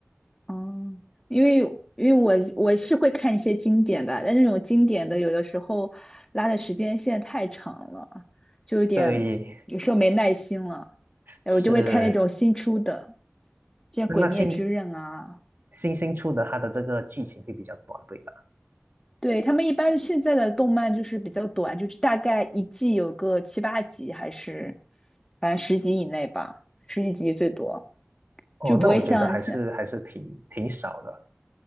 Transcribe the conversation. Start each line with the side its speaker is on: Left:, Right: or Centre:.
Left: 嗯，因为因为我我是会看一些经典的，但那种经典的有的时候拉的时间线太长了，就有点有时候没耐心了，
Right: 对，
Left: 我就会看那种新出的，
Right: 是
Left: 像《鬼灭之刃》啊，
Right: 那那新新新出的，它的这个剧情会比较短，对吧？
Left: 对，他们一般现在的动漫就是比较短，就是大概一季有个七八集，还是反正十集以内吧，十几集最多，
Right: 哦，
Left: 就不会像像
Right: 那我觉得还是还是挺挺少的。